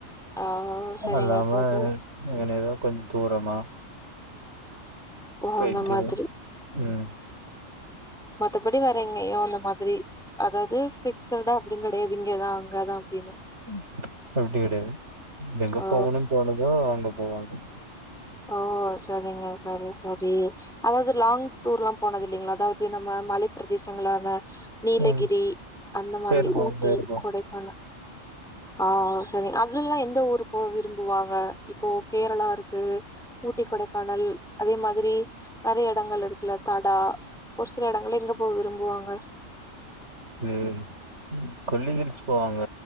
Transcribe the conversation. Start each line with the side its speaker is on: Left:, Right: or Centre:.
Centre: ஆ சரிங்க
Right: அல்லாமே
Centre: சரிங்க
Right: இங்கனையேதா கொஞ்சோ தூரமா
Centre: ஓ
Right: போய்ட்டு
Centre: அந்த மாதிரி
Right: ம்
Centre: மத்தபடி வேற எங்கயு அந்த மாதிரி அதாவது ஃபிக்சடா அப்டின்னு கெடையாது இங்கதா அங்கதா அப்டின்னு
Right: ம் அப்டி கெடயாது எங்க
Centre: ஓ
Right: போகணுனு தோணுதோ அங்க போவாங்க
Centre: ஓ சரிங்க சரி சரி அதாவது லாங் டூர்ல்லாம் போனதில்லைங்ளா அதா வது நம்ம மலைப் பிரதேசங்களான நீலகிரி
Right: ம்
Centre: அந்த மாரி
Right: பேரு போவாங்க
Centre: ஊட்டி
Right: பேரு போவாங்க
Centre: கொடை கான ஆ சரி அதுல்லா எந்த ஊரு போ விரும்புவாங்க இப்போ கேரளா இருக்கு ஊட்டி, கொடைக்கானல் அதே மாதிரி நெறயா எடங்கள் இருக்கல்ல தடா ஒரு சில எடங்கள்ல எங்க போக விரும்புவாங்க
Right: ம் ம் கொல்லி ஹில்ஸ் போவாங்க